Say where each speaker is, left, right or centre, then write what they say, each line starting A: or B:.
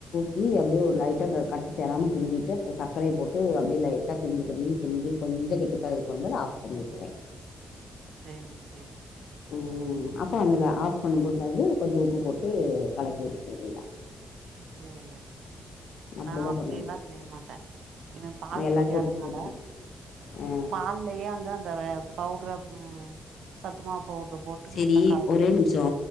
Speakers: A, on the left; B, on the right.
A: தி அப்டே ஒரு லைட்டா க கட்டி சேராம கிண்டிட்டு அப்புற சக்கரைய போட்டு அப்டே லைட்டா கிண்டு கிண்டுனு கிண்டி கொஞ்சம் கெட்டிப்பததுக்கு வரும்போது ஆஃப் பண்ணி உட்ருவே
B: சேரி சேரி
A: உம் அப்ப அதுல ஆஃப் பண்ணும் போது வந்து கொஞ்சம் உப்பு போட்டு கலக்கி உட்ருனு இதா
B: சேரி
A: அப்டிதா
B: நா அப்படியல்லா
A: பண்ணணு
B: செய்ய மாட்டே இவன் பால் குடிக்காதனால
A: எல்லாத்தையு ஒட்டுக்கா ஊத்திடுங்க ஆ
B: பால்லயே வந்து அந்த பவுட்ர ம் சத்துமாவு பவுட்ர போட்டு
A: செரி
B: நல்லா கலக்கினு
A: ஒரே நிமிஷோ